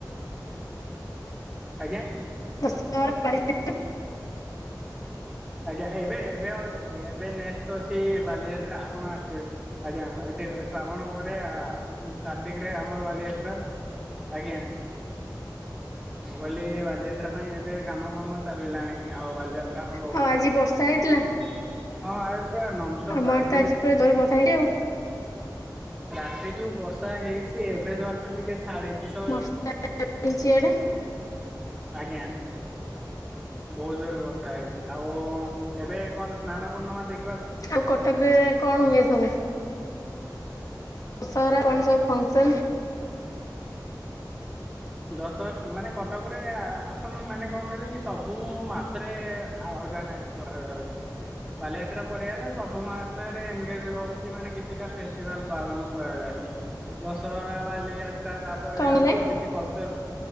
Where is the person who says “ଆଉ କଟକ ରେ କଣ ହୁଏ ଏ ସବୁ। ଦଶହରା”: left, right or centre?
Left